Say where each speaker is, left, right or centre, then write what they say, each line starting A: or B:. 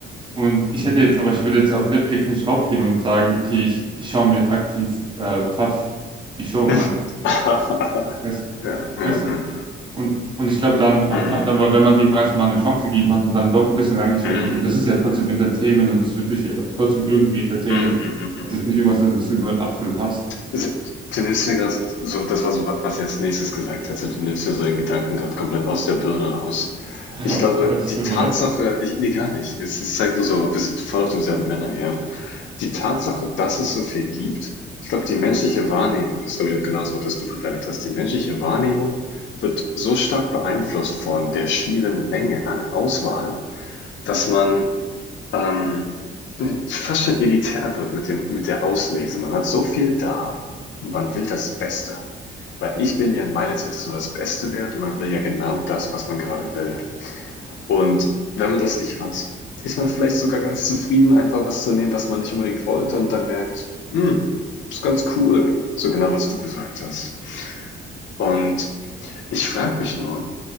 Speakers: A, on the right; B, on the left.
A: Und ich hätte jetzt, aber ich würde jetzt auf Netflix nicht raufgehen und sagen, okay, ich, ich schaue mir jetzt aktiv äh, Taff die Show
B: <laughs>
A: an. Weißt,
B: Ja, ja, ja,
A: weißt
B: ja,
A: du? Und, und ich glaube dann, aber,
B: hm.
A: aber wenn man dem Ganzen mal eine Chance gegeben hat und dann doch ein bisschen reingeschaut
B: Hm,
A: hat, und das ist ja trotzdem Entertainment und es wird dich ja trotzdem irgendwie entertainen,
B: hm, hm, hm,
A: es
B: hm.
A: ist nicht irgendwas, was du über den Apfel hast.
B: So, du nimmst dir gerade so, das war so was, was ich als nächstes gesagt hätte. Du nimmst dir so den Gedanken gerade komplett aus der Birne raus.
A: <laughs>
B: Ich glaube,
A: Aber das
B: die
A: tut
B: Tatsache,
A: mir leid.
B: ich, nee, gar nicht. Es, es zeigt nur so, wir sind voll auf demselben Nenner her. Die Tatsache, dass es so viel gibt, ich glaube, die menschliche Wahrnehmung, das ist, glaube ich, auch genau das Wort, das du verwendet hast, die menschliche Wahrnehmung wird so stark beeinflusst von der schieren Menge an Auswahl, dass man ähm, fast schon elitär wird mit dem, mit der Auslese. Man hat so viel da und man will das Beste. Weil ich bin ja in meiner Zeit so das Beste wert und man will ja genau das, was man gerade will. Und wenn man das nicht hat, ist man vielleicht sogar ganz zufrieden, einfach was zu nehmen, was man nicht unbedingt wollte und dann merkt, hm, ist ganz cool. So genau, was du gesagt hast. Und ich frage mich nur,